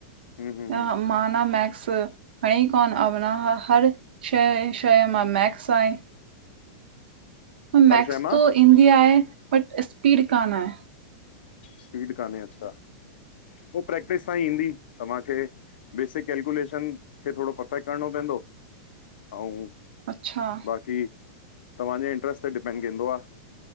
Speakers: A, on the left; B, on the right.
A: हम्म हम्म
B: ह माना मैक्स। खणी कोन अवना हर शइ शइ मां मैक्स आहे। पर
A: हर
B: मैक्स
A: शइ मां
B: त ईंदी आहे बट स्पीड कान आहे।
A: स्पीड कान्हे अच्छा उ प्रैक्टिस सां ई ईंदी तव्हांखे। बेसिक केल्कुलेशन खे थोरो परफेक्ट करणो पवंदो आऊ।
B: अच्छा
A: बाक़ी तव्हांजे इंट्रस्ट ते डिपेंड गिंदो आ